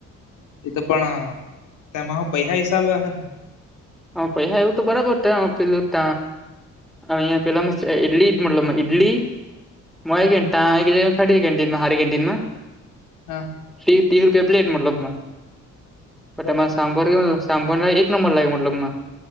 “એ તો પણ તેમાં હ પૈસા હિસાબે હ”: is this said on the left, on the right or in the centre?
Left